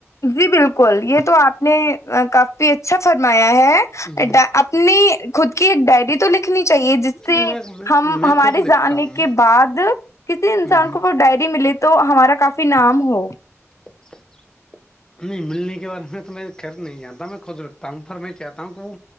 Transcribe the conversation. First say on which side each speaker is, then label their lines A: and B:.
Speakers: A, on the left; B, on the left.
A: جی بالکل یہ تو آپ نے کافی اچھا فرمایا ہے
B: ہ
A: اپنی خود کہ ڈائری تو ل نی چاہیے جس سے
B: میں
A: ہم
B: میں
A: ہمارے
B: خود لکھتا
A: جانے
B: ہوں
A: کے بعد کسی انسان
B: ہ ہ
A: کو وہ ڈائری ملے تو ہمارا کافی انعام ہو
B: اچ <inaudible> <unintelligible> نہیں ملنے کے بارد میں تو میرے خھر نہیں جانتا میں خود رکھتا ہوں پر میں چاہتا ہوں کہ وہ